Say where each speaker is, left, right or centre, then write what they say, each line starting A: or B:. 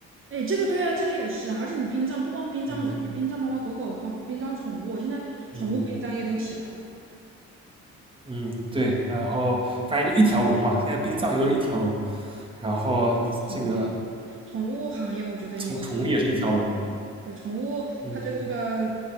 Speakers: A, on the right; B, on the right.
A: 哎，这个对啊，这个也是啊，而且你殡葬不光殡葬人，
B: 嗯
A: 你殡葬猫猫狗狗，光殡葬宠物，现在宠物殡葬业都起来了。
B: 嗯嗯，对，然后反正就一条龙嘛，现在殡葬也都是一条龙，然后这个
A: 对，我觉得宠物也，宠物行业我觉得也是一个，
B: 从宠物也是一条龙。
A: 对，宠物它这个这个
B: 嗯，